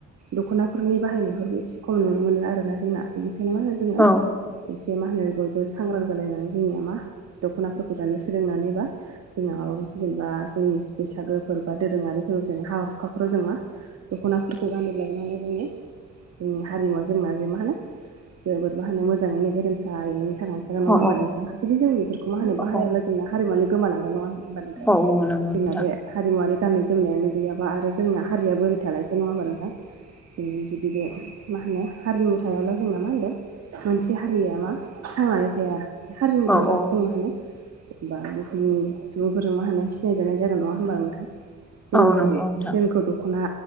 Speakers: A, on the right; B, in the centre.
A: दख'नाफोरनि बाहायनायफोरबो एसे खम नुनो मोनो आरोना जोंना बेनिखायनो मा जोङो
B: औ
A: एसे मा होनो बयबो सांग्रां जालायनानै जोंनिया मा दख'नाफोरखौ दानो सोलोंनानै बा जोंना माबा मोनसे जेनेबा जोंनि बैसागो फोर बा दोरोङारिफोराव जेने हा हुाखाफोराव जों मा दख'नाफोरखौ गानोब्ला माने जोंनि जोंनि हारिमुवा जोंना जे मा होनो जोबोद मा होनो मोजाङैनो गेरमसा जायो थांनान थागोन नङा
B: औ
A: होमबा
B: औ
A: नोंथा जुदि जों बेफोरखौ मा होनो बाहायखब्ला
B: औ
A: जोंना हारिमुवानो गोमालांगोन नङा होनबा नोंथां।
B: औ औ नंगौ
A: जोंना
B: नोंथां
A: बे हारिमुवारि गाननाय जोमनायानो गैयाबा आरो जोंना हारिया बोरै थालायखो नङा होनोमबा नोंथां। जों जुदि बे मा होनो हारिमु थायाब्ला जोंना मा होनदों मोनसे हारिया मा थांनानै थाया हारिमु
B: औ
A: थाब्लासो
B: औ
A: मा होनो जेनबा बुहुमनि सुबुंफोरजों मा होनो सिनायजानाय जागोन नङा होमबा नोंथां। जों
B: औ नंगौ
A: जेरै
B: नोंथां
A: जोंखौ दख'ना